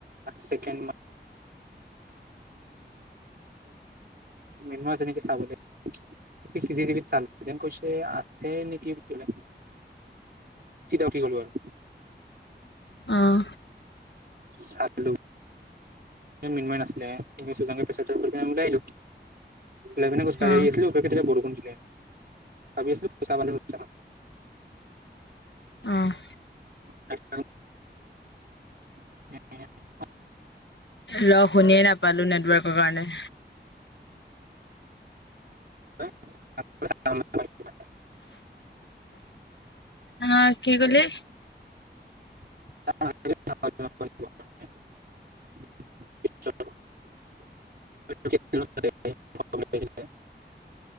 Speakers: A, on the right (about 55°); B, on the left (about 75°).
A: ক'ত ম নেকি চাব ল চিচি তিভি চালোঁ কৈছে আছে নেকি বুলিলে চা উঠি গলো আৰু
B: অহ
A: চালোঁ মিন্ময় নাচিলে দোকানৰ পইচাটো আমি দুটাই লেভেনে খুজকাৰি
B: অ
A: আহি আছিলো বৰষুণ দি দিলে লে <unintelligible>
B: অহঁ
A: এক উম
B: ৰ শুনিয়ে নাপালো নেটৱৰ্কৰ কাৰণে
A: <unintelligible>
B: অ কি কলি
A: <unintelligible>